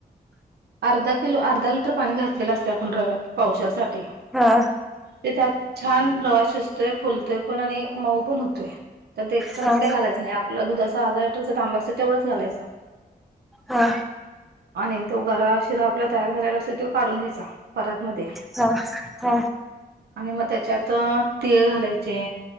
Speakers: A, on the right (about 80°); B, in the centre.
A: अर्धा किलो अर्धा लिटर पाणी घातलेलं असते आपण रव्यात पावशरसाठी
B: हा
A: ते त्यात छान रवा शिजतोय फुलतोय पण आणि मऊ पण होतोय त्यात एक्स्ट्राच
B: हा
A: काही
B: हा
A: घालायच नाही आपलं दुधाचा अर्धा लिटरचा तांब असं तेवढच घालायचं
B: हा
A: आणि तो गरा शिरा आपला तयार झारायला असत तो काढून घ्यायचा परत मध्ये
B: हा हा
A: आणि मग त्याच्यात तीळ घालायचे